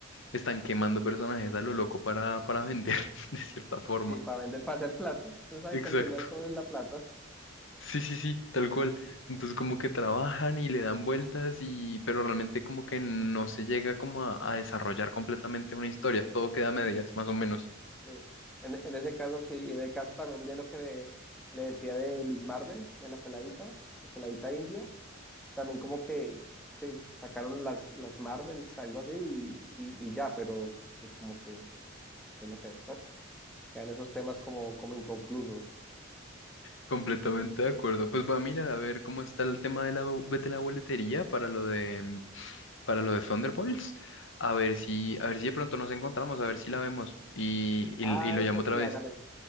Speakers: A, on the left; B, in the centre.
A: están quemando personajes a lo loco para, para vender, <laughs> de cierta forma.
B: Sí, para vender, para hacer plata. Usted sabe
A: Exacto.
B: que al final todo es la plata.
A: Sí, sí, sí, tal cual. Entonces como que trabajan y le dan vueltas y pero realmente como que no se llega como a, a desarrollar completamente una historia. Todo queda a medias, más o menos.
B: Sí. En, en ese caso sí, y en el caso también de lo que le, le decía de Miss Marvel, de la peladita, la peladita india. también como que, sí, sacaron las, las Marvels, algo así, y, y, y ya, pero pues como que, yo no sé, ¿eh? quedan esos temas como, como inconclusos.
A: Completamente de acuerdo. Pues voy a mirar a ver cómo está el tema de la, bu- de la boletería para lo de mm, para lo de Thunderbolts. A ver si
B: ¿sí?
A: a ver si de pronto nos encontramos, a ver si la vemos y, y,
B: Ah,
A: y lo
B: eso
A: llamo otra
B: sí,
A: vez.
B: hágale,